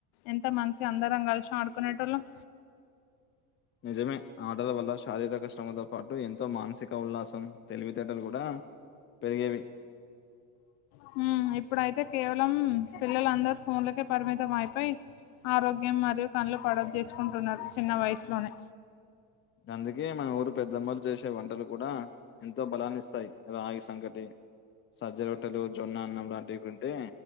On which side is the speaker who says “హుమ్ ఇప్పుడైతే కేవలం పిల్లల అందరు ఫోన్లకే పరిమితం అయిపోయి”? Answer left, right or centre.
Left